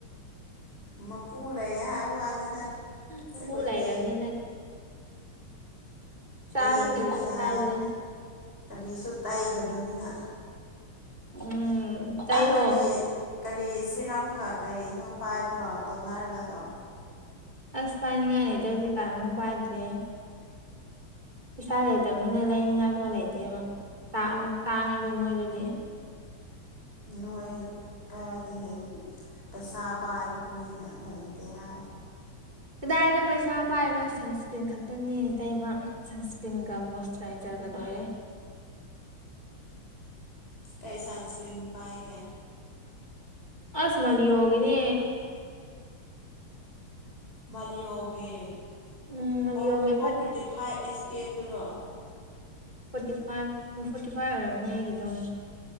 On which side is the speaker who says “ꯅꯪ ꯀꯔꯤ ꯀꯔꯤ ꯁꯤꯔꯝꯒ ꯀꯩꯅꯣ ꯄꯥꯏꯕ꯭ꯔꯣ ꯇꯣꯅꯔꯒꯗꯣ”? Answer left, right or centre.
Left